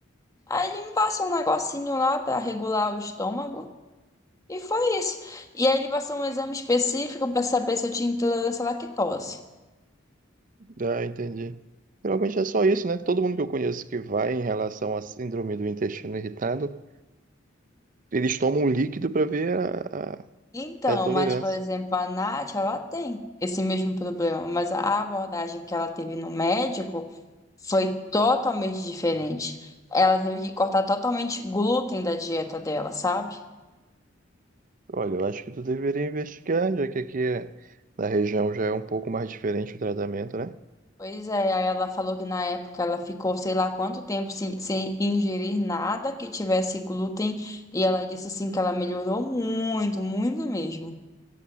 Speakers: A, on the left; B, on the right.
A: Aí ele me passou um negocinho lá pra regular o estômago. E foi isso. E aí ele passou um exame específico pra saber se eu tinha intolerância à lactose.
B: Ah, entendi. Geralmente é só isso, né? Todo mundo que eu conheço que vai em relação à síndrome do intestino irritado Eles tomam um líquido para ver a,
A: Então,
B: a, a tolerância.
A: mas, por exemplo, a Nath, ela tem esse mesmo problema, mas a abordagem que ela teve no médico foi totalmente diferente. Ela teve que cortar totalmente glúten da dieta dela, sabe?
B: Olha, eu acho que tu deveria investigar, já que aqui é- na região já é um pouco mais diferente o tratamento, né?
A: Pois é, aí ela falou que na época ela ficou sei lá quanto tempo sem, sem ingerir nada que tivesse glúten e ela disse assim que ela melhorou muito, muito mesmo.